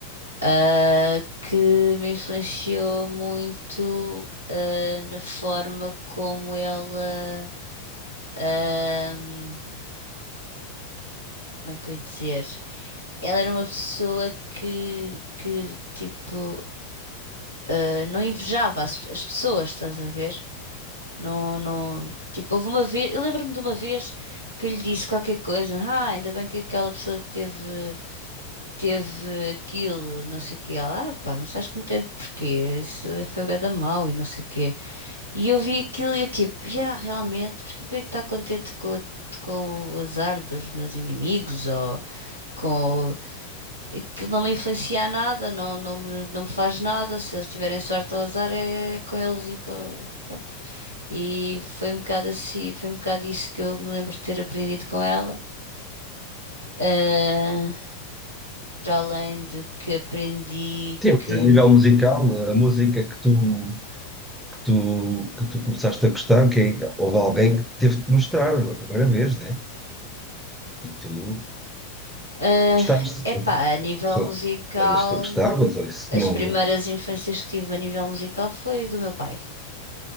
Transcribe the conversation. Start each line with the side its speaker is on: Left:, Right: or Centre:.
Left: ah, que me influenciou muito, ah, na forma como ela, ahm, como é que eu ia dizer? Ela era uma pessoa que, que tipo, ah, não invejava as, as pessoas, estás a ver? Não, não. Tipo, houve uma vez. Eu lembro-me de uma vez que eu lhe disse qualquer coisa. Ah, ainda bem que aquela pessoa teve, teve aquilo, não sei o quê. Ela, ah, pá, mas estás contente porquê? Isso é- foi bué da mau e não sei o quê. E eu vi aquilo e eu tipo, yeah, realmente, porquê que eu ia estar contente com, a- com o azar dos meus inimigos? Ou com. Aquilo não me influencia a nada, não, não me, não me faz nada. Se eles tiverem sorte ou azar, é com eles e com. Pronto. E foi um bocado assim, foi um bocado isso que eu me lembro de ter aprendido com ela. Ah, para além de que aprendi
Centre: Sim,
Left: que,
Centre: mas a nível musical, a música que tu que tu, que tu começaste a gostar, que é- houve alguém que teve que mostrar, não é a primeira vez, né? E tu
Left: ah,
Centre: gostaste,
Left: epá, a nível
Centre: sei
Left: musical,
Centre: lá, mas as que tu gostavas, ou isso
Left: as
Centre: não.
Left: primeiras influências que tive a nível musical foi do meu pai.